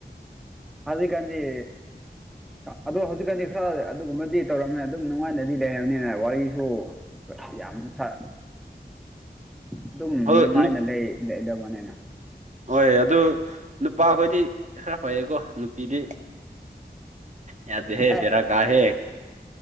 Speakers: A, in the centre; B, on the right.
A: ꯑꯖꯤ ꯀꯖꯤ ꯑꯗꯣ ꯍꯧꯖꯤꯛꯀꯥꯟꯗꯤ ꯈꯔ ꯑꯗꯨꯒꯨꯝꯕꯗꯤ ꯇꯧꯔꯝꯅꯤ ꯑꯗꯨꯝ ꯅꯨꯡꯉꯥꯏꯅꯗꯤ ꯂꯩꯝꯅꯤꯅ ꯋꯥꯔꯤꯁꯨ ꯌꯥꯝ ꯁꯥ
B: <inaudible>
A: ꯑꯗꯨꯝ ꯅꯨꯡꯉꯥꯏꯅ
B: ꯅꯨ
A: ꯂꯩꯗꯕꯅꯤꯅ
B: ꯍꯣꯏ ꯑꯗꯨ ꯅꯨꯄꯥꯈꯣꯏꯗꯤ ꯈꯔ ꯐꯩꯌꯦꯀꯣ ꯅꯨꯄꯤꯗꯤ ꯌꯥꯗꯦ ꯍꯦ
A: ꯑꯦ
B: ꯕꯦꯔꯥ ꯀꯥ ꯍꯦ